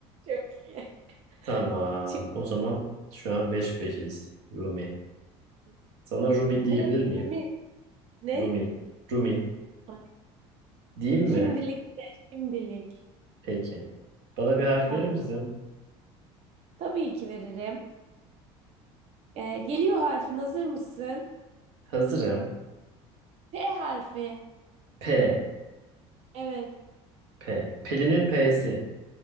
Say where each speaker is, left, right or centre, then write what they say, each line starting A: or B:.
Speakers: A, on the right; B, on the right.
A: Çok iyi.
B: Tamam.
A: <laughs> Çok
B: O zaman şu an beş beşiz. Rumi.
A: iyi.
B: Sana Rumi
A: Ne?
B: diyebilir
A: Cümimi?
B: miyim?
A: Ne?
B: Rumi. Rumi.
A: Ay,
B: Diyeyim
A: Şimdilik
B: mi?
A: de Şimdilik.
B: Peki. Bana bir harf
A: tamam.
B: verir misin?
A: Tabii ki veririm. Ee, geliyor harfin. Hazır mısın?
B: Hazırım.
A: T harfi.
B: P.
A: Evet.
B: P. Pelin'in P'si.